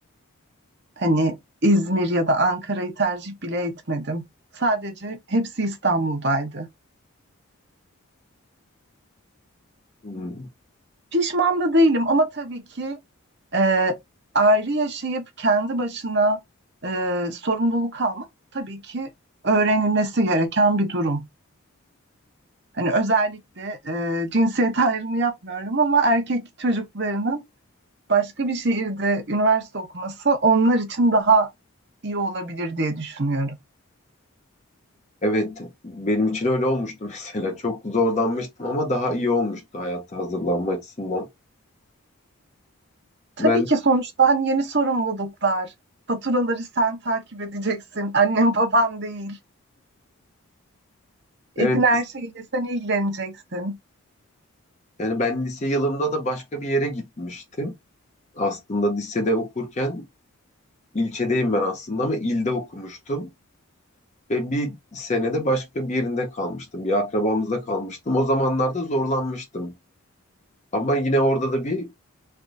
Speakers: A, on the right (about 50°); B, on the left (about 30°).
A: Hani İzmir ya da Ankara'yı tercih bile etmedim. Sadece hepsi İstanbul'daydı.
B: Hmm.
A: Pişman da değilim ama tabii ki e, ayrı yaşayıp kendi başına e, sorumluluk almak tabii ki öğrenilmesi gereken bir durum. Hani özellikle e, cinsiyet ayrımı yapmıyorum ama erkek çocuklarının başka bir şehirde üniversite okuması onlar için daha iyi olabilir diye düşünüyorum.
B: Evet, benim için öyle olmuştu <laughs> mesela. Çok zorlanmıştım ama daha iyi olmuştu hayata hazırlanma açısından.
A: Tabii
B: Ben
A: ki sonuçta hani yeni sorumluluklar, faturaları sen takip edeceksin, annem babam değil, evin
B: evet
A: her şeyiyle sen ilgileneceksin.
B: yani ben lise yılımda da başka bir yere gitmiştim. Aslında lisede okurken ilçedeyim ben aslında ama ilde okumuştum ve bir senede başka bir yerinde kalmıştım. Bir akrabamızda kalmıştım. O zamanlarda zorlanmıştım. Ama yine orada da bir